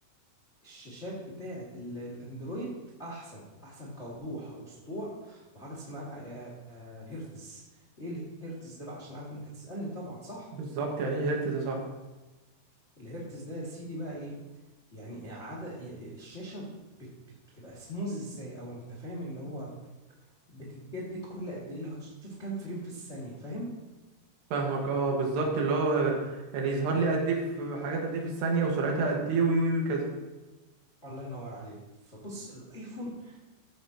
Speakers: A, on the left; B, on the right.
A: الشاشات بتاعة ال- الأندرويد أحسن أحسن كوضوح وسطوع وحاجة اسمها آه، آه، هرتز إيه الهرتز ده بقى عشان عارف إنك هتسألني طبعا صح
B: بالظبط يعني ايه هرتز ده صح
A: الهرتز ده يا سيدي بقى إيه يعني إعادة الشاشة بت- بت- بتبقى سموز إزاي أو أنت فاهم اللي هو بتتجدد كل قد إيه اللي هو تشوف كام فريم في الثانية فاهم
B: فاهمك اه بالظبط اللي هو يعني يظهر لي قد ايه في حاجات قد ايه في الثانية وسرعتها قد ايه وي وي وي كذا
A: الله ينور عليك فبص الآيفون